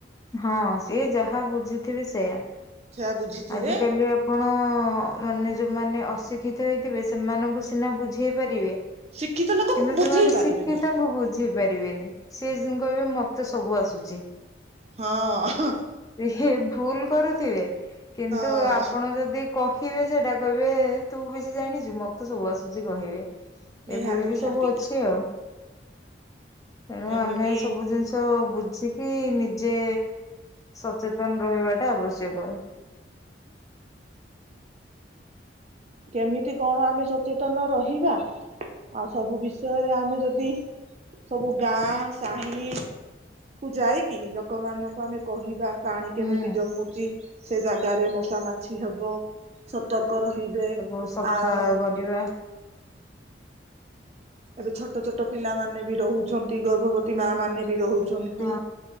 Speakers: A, on the left (about 20°); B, on the right (about 35°).
A: ହଁ ସିଏ ଯାହା ବୁଝିଥିବେ ସେୟା
B: ସେଆ ବୁଝିଥିବେ
A: ଆଜିକାଲିଆ ଆପଣ ମାନେ ଯୋଉମାନେ ଅଶିକ୍ଷିତ ହେଇଥିବେ ସେମାନଙ୍କୁ ସିନା ବୁଝେଇ ପାରିବେ। କିନ୍ତୁ
B: ଶିକ୍ଷିତ ଲୋକକୁ ବୁଝେଇ
A: ଯୋଉମାନେ
B: ପାରିବେନି
A: ଶିଖିତଙ୍କୁ ବୁଝେ ପାରିବେନି। ସିଏସବୁ କହିବେ ମତେ ସବୁ ଆସୁଚି।
B: ହଁ ହ
A: ଇ ସେ ଭୁଲ କରୁଥିବେ। କିନ୍ତୁ
B: ହଁ
A: ଆପଣ ଯଦି କହି ବେ ସେ ଏଇଟା କହିବେ ତୁ ବେଶୀ ଜାଣିଛୁ ମତେ ସବୁ ଆସୁଛି କହିବେ।
B: ନିହାତି
A: ଏଭଳିବି
B: ନିହାତି
A: ସବୁ ଅଛି ଆଉ। ତେଣୁ
B: ଏମିତି
A: ଆମେ ସବୁ ଜିନିଷ ବୁଝିକି ନି ଯେ ସଚେତନ ରହିବାଟା ଆବଶ୍ୟକ।
B: କେମିତି କଣ ଆମେ ସଚେତନ ରହିବା ଆଉ ସବୁ ବିଷୟରେ ଆମେ ଯଦି ସବୁ ଗାଁ ସାହି କୁ ଯାଇକି ଲୋକମାନାନଙ୍କୁ ଆମେ କହିବା ପାଣି କେମିତି
A: ହୁଁ
B: ଜମୁଚି ସେ ଜାଗାରେ ମଶା ମାଛି ହେବ ସତର୍କ ରହିବେ।
A: ଓ ସଫା
B: ଆଉ
A: କରିବା।
B: ଏବେ ଛୋଟ ଛୋଟ ପିଲାମାନୋନେବି ରହୁଛନ୍ତି। ଗର୍ଭବତୀ ମା ମାନେବି ରହୁ ଛନ୍ତି
A: ହଁ